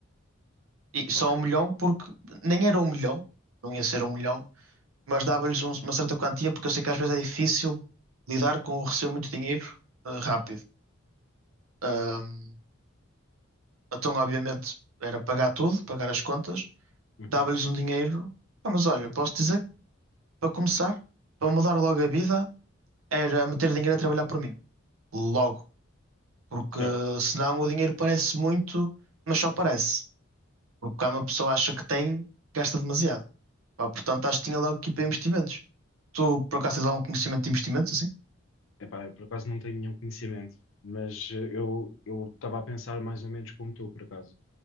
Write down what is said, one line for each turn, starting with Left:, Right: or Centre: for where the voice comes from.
Right: E só
Left: ok.
Right: um milhão porque nem era um milhão, não ia ser um milhão, mas dava-lhes um- uma certa quantia porque eu sei que às vezes é difícil lidar com o receber muito dinheiro, eh, rápido. Ahm, então, obviamente, era pagar tudo, pagar as contas,
Left: Uhum,
Right: dava-lhes um dinheiro. Ah, mas olha, posso dizer, que, para começar, para mudar logo a vida, era meter dinheiro a trabalhar por mim. Logo. Porque
Left: certo.
Right: senão o dinheiro parece muito, mas só parece. Porque quando uma pessoa acha que tem, gasta demasiado. Pá, portanto, acho que tinha logo aqui para investimentos. Tu, por acaso, tens algum conhecimento de investimentos, assim?
Left: Epá, eu por acaso não tenho nenhum conhecimento, mas eh, eu eu estava a pensar mais ou menos como tu, por acaso.